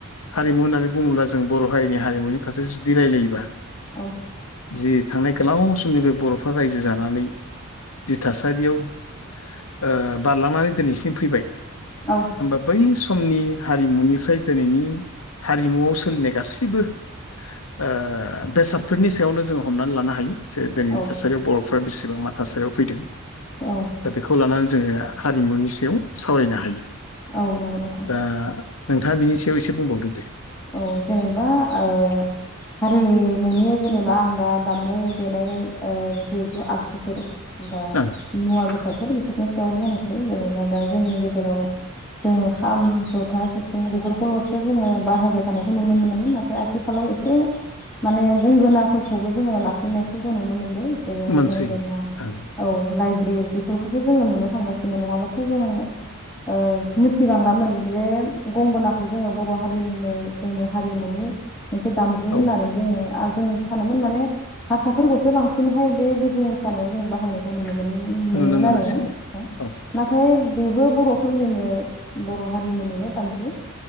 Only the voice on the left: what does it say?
हारिमु होननानै बुङोब्ला जों बर' हारिनि हारिमुनि फारसे जुदि रायलायोबा।
जि थांनाय गोलाव समनिफ्राय बर'फ्रा रायजो जानानै जि थासारियाव ओ बारलांनानै दिनैसिम फैबाय
होनबा बै स समनि हारिमुनिफ्राय दिनैनि हारिमुआव सोलिनाय गासैबो ओ बेसादफोरनि सायावनो जोङो हमनानै लानो हायो जे दिनैनि
थासारियाव बर' फोर बेसेबां मा थासारियाव फैदों
दा बेखौ लानानै जोङो हारिमुनि सायाव सावरायनो हायो
दा नोंथाङा बिनि सायाव एसे बुंबावदो दे
ओं
मोनसै
ओं
औ
नुनो मोनोसैमोन
औ